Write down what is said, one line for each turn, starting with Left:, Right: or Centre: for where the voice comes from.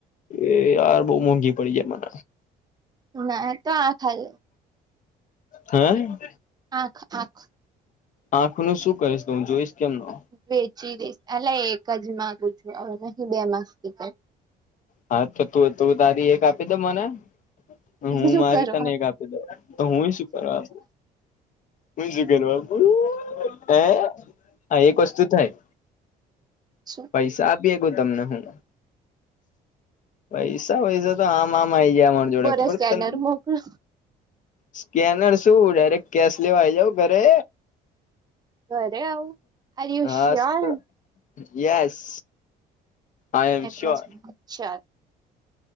Left: એ યાર બઉં મોંઘી પડી જાય મન.
Right: નઈ તો આંખ આલ.
Left: હેં?
Right: આંખ આંખ.
Left: આંખ નું શું કરીશ તો હું જોઈશ કેમનો?
Right: વેચી દઈશ. અલા એક જ માગુ છું હવે નહી બે માંગતી કઈ.
Left: હા, તો તુંએ તું તારી એક આપી દે મને. હું
Right: શું
Left: મારી
Right: કરવા
Left: તને એક આપી દઉ. તો હુંય શું કરવા આપ હુંય શું કરવા આપુ. હેં? હા એક વસ્તુ થાય.
Right: અચ્છા.
Left: પૈસા આપી હકું તમને હું પૈસા વૈસા તો આમ આમ આઇ જાય મોર જોડે
Right: ઉભો
Left: ખબર
Right: રે સ્કેનર
Left: છ તન?
Right: મોકલો
Left: સ્કેનર શું ડાયરેક્ટ કેશ લેવા આઇ જાવ ઘરે.
Right: ઘરે આવું આર યુ
Left: હાસ્તો.
Right: શ્યોર
Left: Yes. I am
Right: address
Left: sure.
Right: મોકલ